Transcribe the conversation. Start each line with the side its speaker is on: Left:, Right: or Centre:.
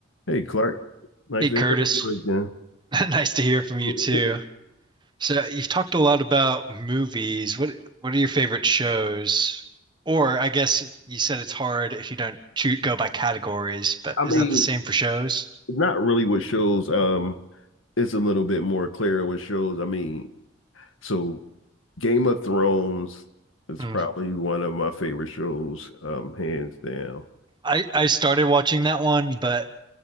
Left: Hey, Clark. Nice
Right: Hey Curtis,
Left: to hear from you
Right: <laughs> nice to hear from you
Left: again.
Right: too. So you've talked a lot about movies. What what are your favorite shows? Or I guess you said it's hard if you don't shoot go by categories, but
Left: I
Right: is
Left: mean,
Right: that the same for shows?
Left: not really what shows. Um, it's a little bit more clear what shows. I mean, so Game of Thrones is
Right: Hmm.
Left: probably one of my favorite shows, um, hands down.
Right: I I started watching that one, but